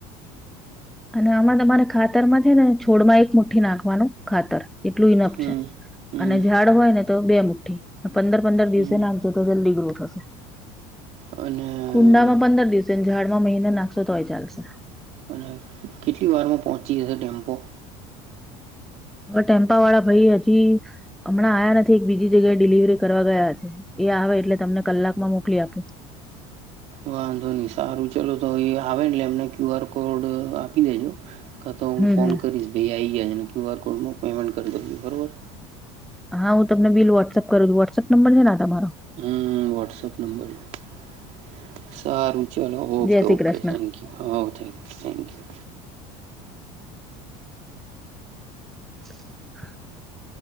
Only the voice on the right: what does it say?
હમ
હમ
હમ
અને હમ
અને કેટલી વારમાં પહોંચી જશે ટેમ્પો-
વાંધો નહી સારું ચાલો તો એ આવે ને એમને ક્યુ આર કોડ આપી દેજો- કા તો હું
ફોન
કરીશ ભાઈ આવી જાયજ ને ક્યુ આર કોડ હું પેમેન્ટ કરી દઉં બરાબર-
હમ વોટ્સએપ નંબર- સારું ચાલ okay
okay
thank you હા થ થેન્ક યુ-